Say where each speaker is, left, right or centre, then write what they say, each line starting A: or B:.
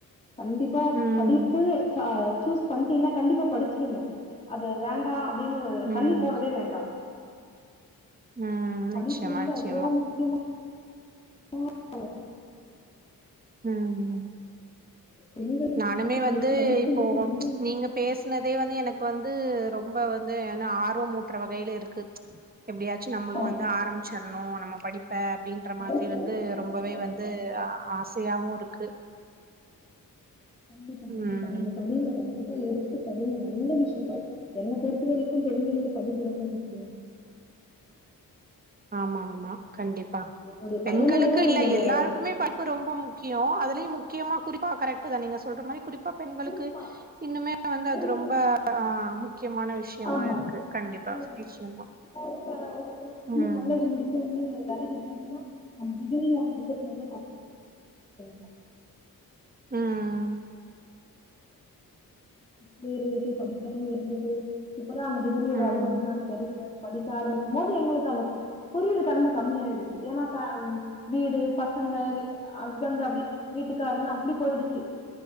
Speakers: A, on the left; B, on the right.
A: கண்டிப்பா
B: ம்
A: படிப்பது ச சூஸ் பண்டீங்கனா கண்டிப்பா படிச்சுருங்க அத வேண்டா அப்டினு
B: ம்
A: தள்ளி போடவே வேண்டா
B: ம்
A: படிப்பு
B: நிச்சயமா
A: வந்து
B: நிச்சயமா
A: அவ்ளோ முக்யமா <unintelligible>
B: உம்
A: பெண்களுக்கு
B: நானுமே
A: பொறுத்த வரைக்கு
B: வந்து
A: படிப்புன்றது
B: இப்போ
A: ரொம்ப
B: நீங்க பேசுனதே வந்து எனக் கு வந்து ரொம்ப வந்து என்ன ஆர்வமூட்ற வகைல இருக்கு எப்டியாச்சு நம்மளு
A: ஆ,
B: வந்து ஆரம்மிச்சிர்ணு நம்ம நா படிப்பே அப்டின்ற
A: அவங்க
B: மாதிரி
A: பெண்களுக்கு
B: வந்து ரொம்பவே
A: அதுதான்
B: வந்து ஆ சயாவு இருக்கு
A: கண்டிப்பா கண்டிப்பா
B: ம்
A: நீங்க படிங்க கண்டி எடுத்து படி இந்த விஷயோ என்ன பொறுத்த வரைக்கு பெண்களுக்கு படிப்புதான முக்கியோ.
B: ஆமா ஆமா கண்டிப்பா
A: என்னுடைய
B: பெண்களுக்கு
A: பையனை விட
B: இல்ல
A: என்னுடைய
B: எல்லாருக்குமே பழடிப்பு ரொம்ப முக்கியோ அது. முக்கியமா குறிப்பா கரெ்ட்தா நீங்க சொல்ற மாரி குறிப். நா பெண்களுக்கு
A: குறிப்பா
B: இன்னுமே. வந்து அது
A: பெண்களுக்கு
B: ரொம்ப
A: முக்கியம்
B: ஆஹ முக்கியமான விஷயமா
A: ஆமா
B: இருக்கு கண்டிப்பா
A: ம்
B: நிச்சயமா.
A: இப்போ ஒரு ப <unintelligible> ஒரு
B: ம்
A: வேலைக்கு போகணும்னா அந்த டிகிரி ஒன்னு. <unintelligible> <unintelligible>
B: ம்
A: பே இருந்துட்டு படிக்காம இருந்துட்டு. இப்பதா அந்த டிகிரியோட
B: ம்
A: அரும என்னன்னு. <unintelligible> படிக்க ஆரம்பிக்கும் போது எங்களுக்கு அந்த புரியு தன்ம கம்மியாடுச்சு ஏன்னா வீடு பசங்க ஹஸ்பண்ட் அப்படி வீட்டுக்காருன்னு அப்படி போயிடுச்சு.